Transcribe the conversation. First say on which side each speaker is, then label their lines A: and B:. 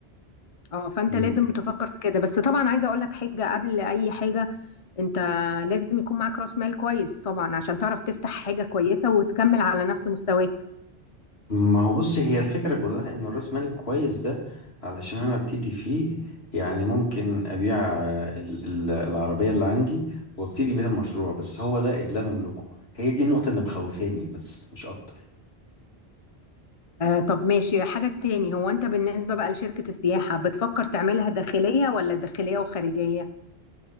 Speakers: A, on the left; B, on the left.
A: اه فانت
B: مم.
A: لازم تفكر في كده بس طبعا عايزه اقول لك حاجه قبل اي حاجه انت لازم يكون معاك راس مال كويس طبعا عشان تعرف تفتح حاجة كويسة وتكمل على نفس مستواك
B: ما هو بص هي الفكرة كلها ان الراس مال الكويس ده علشان انا ابتدي فيه يعني ممكن ابيع آه، ال- ال- العربية اللي عندي وابتدي بيها المشروع بس هو ده اللي انا املكه هي دي النقطة اللي مخوفاني بس مش اكتر
A: آه طب ماشي حاجة تاني هو انت بالنسبة بقى لشركة السياحة بتفكر تعملها داخلية ولا داخلية وخارجية